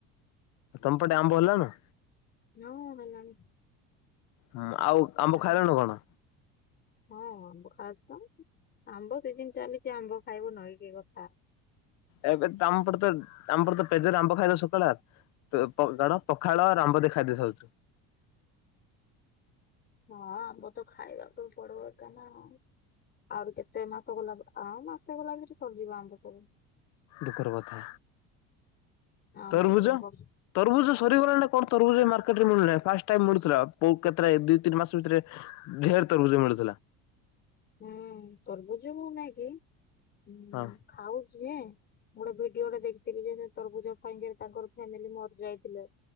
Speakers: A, on the left; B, on the left.
A: ତମ ପଟେ ଆମ୍ବ ହେଲା ନା?
B: ହଁ ହେଲାଣି।
A: ହଁ ଆଉ ଆମ୍ବ
B: ଆମ
A: ଖାଇଲଣ କଣ?
B: ହଁ ବୁଖାଜ ତ ଆମ୍ବ ସିଜିନ୍ ଚାଲିଛି ଆମ୍ବ ଖାଇବୁନୁ ଇଏ କି କ <unintelligible>
A: ଏବେ ତାମପର ତ ତାମପର ତ ପେଜ ଆମ୍ବ ଖାଇଦ ସକାଳ କଣ ପଖାଳ ଆମ୍ବ ଦେ ଖାଦ୍ୟ ଖାଉଛୁ।
B: ହଁ ଆମ୍ବ ତ ଖାଇବାକୁ ପଡିବ ଏକା ନା ଆହୁରି କେତେ ମାସ ଗଲା ପରେ ଆମ୍ ଆସିଗଲା କିରି ସବୁ ଯିବ ଆମ୍ବ ସରି।
A: ଦୁଃଖ ର କଥା
B: ଆଉ
A: ତରଭୁଜ
B: ନାଇଁ ବର୍ଷ
A: ତରଭୁଜ ସରିଗଲା ଣି କଣ ତରଭୁଜ ମାର୍କେଟ ରେ ମିଳୁନି ଆଉ ଫାଷ୍ଟ୍ ଟାଇମ୍ ମିଳୁଥିଲା କୋଉ କେତେରାଏ ଦୁଇ ତିନି ମାସ ଭିତରେ ଢେର ତରଭୁଜ ମିଳୁଥିଲା।
B: ହୁଁ ତରଭୁଜ ଆଉ ନାଇଁ କି? ହୁଁ
A: ହଁ
B: ଖାଉଛି ଯେ ମୁଁ ଗୋଟେ ଭିଡିଓଟେ ଦେଖିଥିଲି ଯେ ସେ ତରଭୁଜ ଖାଇକିରି ତାଙ୍କର ଫ୍ୟାମିଲି ମର ଯାଇଥିଲେ